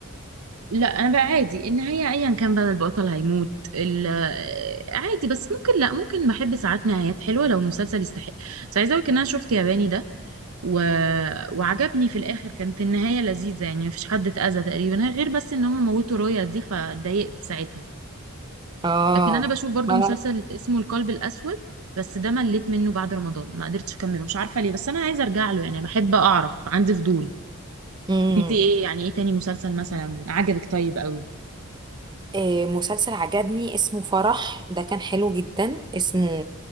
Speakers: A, on the right; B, on the right.
A: لا انا بقى عادي النهاية ايا كان بقى البطل هيموت ال- آه، عادي بس ممكن لا ممكن بحب ساعات نهايات حلوة لو المسلسل يستحق بس عايزة اقولك ان انا شفت ياباني ده و... وعجبني في الاخر كانت النهاية لذيذة يعني مفيش حد اتأذى تقريبا غير بس ان هم موتوا رويا دي فاتضايقت ساعتها
B: اه
A: لكن انا بشوف برضو
B: ما
A: مسلسل اسمه القلب الاسود بس ده مليت منه بعد رمضان ما قدرتش اكمله مش عارفه ليه بس انا عايزه ارجع له يعني بحب اعرف عندي فضول
B: انا
A: انت ايه يعني ايه تاني مسلسل مثلا عجبك طيب قوي
B: آه، مسلسل عجبني اسمه فرح ده كان حلو جدا اسمه